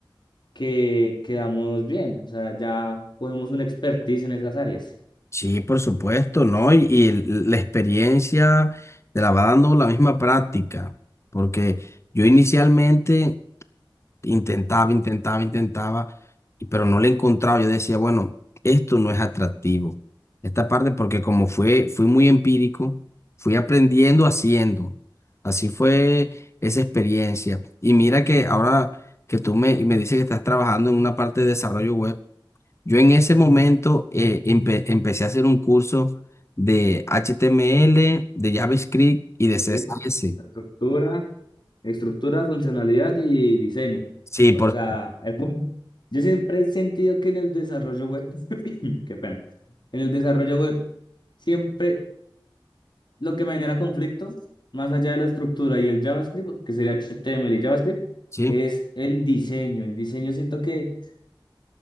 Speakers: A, on the left; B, on the left.
A: que quedamos bien, o sea, ya cogemos una expertise en esas áreas.
B: sí, por supuesto, ¿no? Y, y el- la experiencia te la va dando la misma práctica, porque yo inicialmente Intentaba, intentaba, intentaba, y- pero no le encontraba. Yo decía, bueno, esto no es atractivo. Esta parte, porque como fue, fui muy empírico, fui aprendiendo haciendo. Así fue esa experiencia. Y mira que ahora que tú me, me dices que estás trabajando en una parte de desarrollo web, yo en ese momento eh, empe- empecé a hacer un curso de HTML, de JavaScript y de
A: Sí,
B: CSS.
A: la estructura. Estructura, funcionalidad y diseño.
B: Sí,
A: O
B: por
A: sea, el pun- yo siempre he sentido que en el desarrollo web, <coughs> <clears throat> qué pena, en el desarrollo web, siempre lo que me genera conflicto, más allá de la estructura y el JavaScript, que sería HTML y JavaScript,
B: sí.
A: es el diseño. El diseño siento que